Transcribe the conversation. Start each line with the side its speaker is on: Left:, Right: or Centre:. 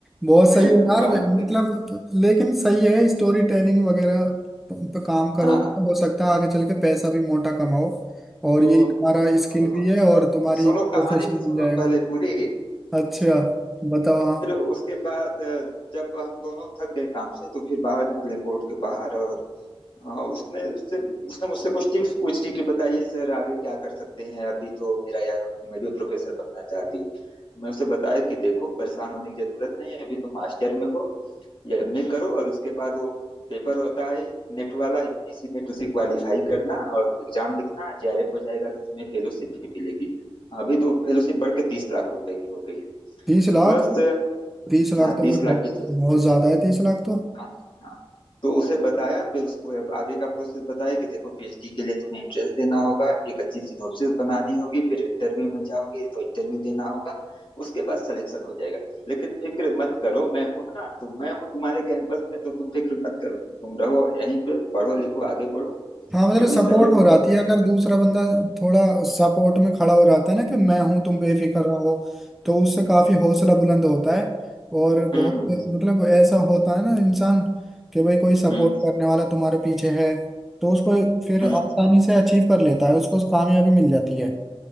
Centre: बहुत
Left: <laughs>
Centre: सही है यार
Left: बात
Centre: मतलब लेकिन सही है स्टोरी टेलिंग वगैरह पे काम करोगे
Left: हाँ
Centre: तो हो सकता है आगे चल के पैसा भी मोटा कमाओ और
Left: तो
Centre: ये तुम्हारा
Left: तो,
Centre: स्किल भी है और तुम्हारी
Left: सुनो
Centre: प्रोफेशन
Left: कहानी तो
Centre: बन
Left: सुनो
Centre: जाएगा
Left: पहले पूरी
Centre: अच्छा बताओ
Left: फिर
Centre: हाँ
Left: उसके बाद अ, जब हम दोनों थक गए काम से तो फिर बाहर निकले कोर्ट के बाहर और अ, उसने उससे उसने मुझसे कुछ टिप्स पूछी कि बताइए सर आगे क्या कर सकते हैं अभी तो मेरा यह मैं भी प्रोफेसर बनना चाहती हूँ मैं उसे बताया कि देखो परेशान होने की जरूरत नहीं है अभी तुम मास्टर में हो या एमए करो और उसके बाद वो पेपर होता है नेट वाला यूजीसी नेट उसे क्वालिफाई करना और एग्जाम लिखना जेआरएफ हो जाएगा तो तुम्हें फेलोशिप भी मिलेगी अभी तो फेलोशिप बढ़ के तीस लाख रुपए की हो गई
Centre: तीस लाख
Left: बस
Centre: तीस लाख
Left: हाँ
Centre: तो
Left: तीस
Centre: भाई बहुत
Left: लाख की तो
Centre: बहुत ज्यादा है तीस लाख तो
Left: हाँ हाँ तो उसे बताया फिर उसको अब आगे का प्रोसेस बताया कि देखो पीएचडी के लिए तुम्हें एंट्रेंस देना होगा एक अच्छी सिनोप्सिस बनानी होगी फिर इंटरव्यू में जाओगे तो इंटरव्यू देना होगा उसके बाद सिलेक्शन हो जाएगा लेकिन फिक्र मत करो मैं हूं ना तो मैं हूँ तुम्हारे कैंपस में तो तुम फिक्र मत करो तुम रहो यहीं पे पढ़ो लिखो आगे बढ़ो
Centre: हाँ मतलब
Left: जो
Centre: सपोर्ट
Left: भी सहयोग
Centre: हो
Left: होगा
Centre: जाती
Left: मैं
Centre: है अगर
Left: कर
Centre: दूसरा बंदा थोड़ा सपोर्ट में खड़ा हो जाता है ना कि मैं हूं तुम बेफिक्र रहो तो उससे काफी हौसला बुलंद होता है और बहुत
Left: हम्म
Centre: मतलब ऐसा होता है ना इंसान कि भाई कोई सपोर्ट
Left: हम्म हम्म
Centre: करने वाला तुम्हारे पीछे है तो उसको फिर
Left: हम्म
Centre: आसानी से अचीव कर लेता है उसको कामयाबी मिल जाती है